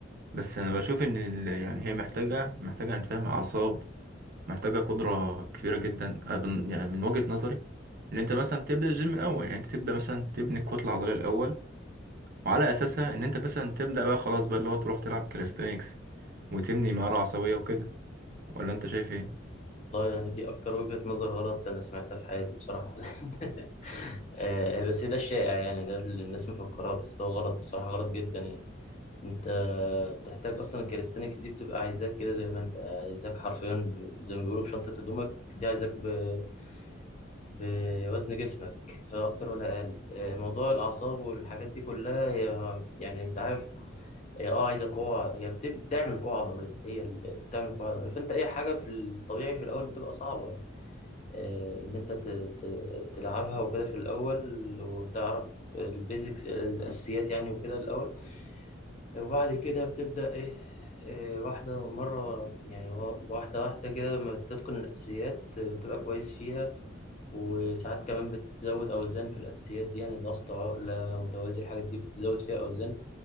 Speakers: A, on the right; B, on the left.
A: بس انا بشوف ان ال... يعني هي محتاجه محتاجه انت فاهم اعصاب محتاجه قدره كبيره جدا أنا بن- يعني من وجهه نظري ان انت مثلا تبدا الجيم الاول يعني انت تبدا مثلا تبني الكتله العضليه الاول وعلى اساسها ان انت مثلا تبدا بقى خلاص بقى اللي هو تروح تلعب كاليستانكس وتبني مهارة عصبية وكده ولا أنت شايف إيه؟
B: والله يعني دي أكتر وجهة نظر غلط أنا سمعتها في حياتي بصراحة <laughs> آه، بس ده الشائع يعني ده اللي الناس مفكراه بس هو غلط بصراحة غلط جدا يعني انت بتحتاج اصلا الكاليستنكس دي بتبقى عايزاك كده زي ما انت عايزاك حرفيا ب- زي ما بيقولوا بشنطة هدومك دي عايزاك ب- بوزن جسمك لا اكتر ولا اقل آه، موضوع الاعصاب والحاجات دي كلها هي يعني انت عارف هي اه عايزه قوه هي بت- بتعمل قوه عضليه هي اللي بتعمل قوه عضليه فانت اي حاجه في الطبيعي في الاول بتبقى صعبه يعني. آه، ان انت ت- ت- تلعبها وكده في الاول وتعرف البيزكس الاساسيات يعني وكده الاول وبعد كده بتبدأ إيه إيه، واحدة مرة يعني هو- واحدة واحدة كده لما بتتقن الأساسيات آه، بتبقى كويس فيها وساعات كمان بتزود أوزان في الأساسيات دي يعني ضغط عقلة متوازي الحاجات دي بتزود فيها أوزان